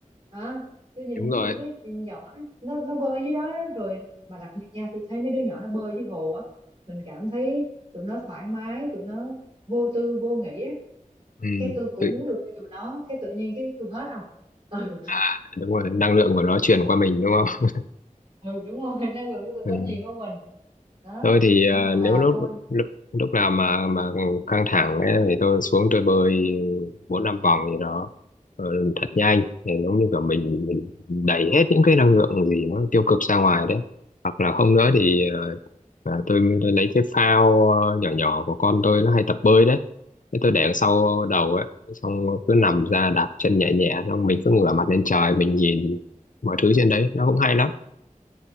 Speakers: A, on the right; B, on the left.
A: à, tôi nhìn
B: đúng
A: thấy
B: rồi
A: những đứa nhỏ nó nó, nó bơi dưới đó, đó rồi mà đặc biệt nha tôi thấy mấy đứa nhỏ nó bơi dưới hồ á mình cảm thấy tụi nó thoải mái tụi nó vô tư vô nghĩ á
B: ừ,
A: cái tôi cũng
B: tự,
A: muốn được như tụi nó cái tự nhiên cái tôi hết không ừ
B: à đúng rồi năng lượng của nó
A: <laughs>
B: truyền qua mình đúng không
A: ừ đúng rồi <laughs> năng lượng của tụi
B: ừ.
A: nó truyền qua mình đó
B: tôi thì
A: nên
B: ờ,
A: rằng
B: nếu
A: là
B: lúc
A: tôi
B: lúc lúc nào mà mà căng thẳng ấy, thì tôi xuống tôi bơi bốn năm vòng gì đó ờ, thật nhanh để giống như cả mình mình đẩy hết những cái năng lượng gì nó tiêu cực ra ngoài đấy hoặc là không nữa thì ờ, à, tôi, tôi lấy cái phao ờ, nhỏ nhỏ của con tôi nó hay tập bơi đấy Thế tôi để đằng sau đầu ấy xong cứ nằm ra đạp chân nhẹ nhẹ xong mình cứ ngửa mặt lên trời mình nhìn mọi thứ trên đấy nó cũng hay lắm